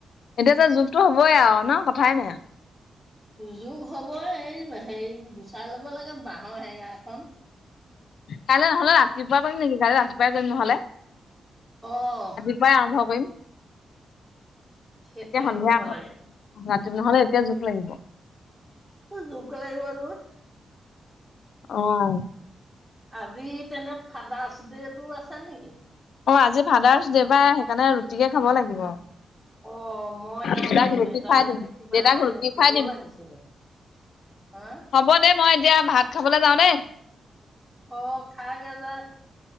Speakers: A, on the left (about 65°); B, in the centre.
A: এতিয়া যে জোকটো হ'বই আৰু ন কথাই নাই আৰু।
B: জোক হ'বই, এই হেৰি গুচাই ল'ব লাগে বাঁহৰ হেঙা খন।
A: কাইলৈ নহ'লে ৰাতিপুৱা কৰিম নেকি কাইলৈ ৰাতিপুৱাই কৰিম নহ'লে।
B: অ'।
A: পাই আৰম্ভ কৰিম,
B: সেইটোৱে
A: এতিয়া সন্ধিয়া
B: কৰিব
A: আগ
B: লাগে।
A: ৰাতি নহ'লে এতিয়া জোক লাগিব।
B: অ' জোক লাগিব নহয়
A: অ'।
B: আজি তেনে ফাদাৰ্চ দে টো আছে নেকি?
A: অ' আজি ফাদাৰ্চ দে পায়, সেইকাৰণে ৰুটিকে খাব লাগিব।
B: অ' মই এতিয়া
A: দেউতাক
B: আমাৰ
A: ৰুটি
B: দেউতালৈ
A: খুৱাই দিম
B: বুলি কিবা
A: দেউতাক
B: এটা
A: ৰুটি
B: লিখিবও
A: খুৱাই দিম
B: লাগিছিলে। হা?
A: হ'ব দে মই এতিয়া ভাত খাবলৈ যাওঁ দেই।
B: অ' খাগে যা।